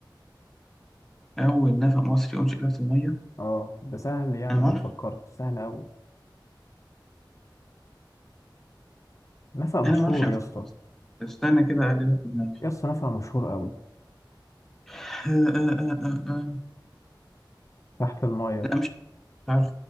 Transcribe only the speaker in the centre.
أول نفق مصري أنشئ تحت المية
أنا معرفش
أنا معرفش أنفق
مصري استنى كده أقلبها في دماغي
<laughs> آه، آه، آه، آه، آه.
لا مش مش عارف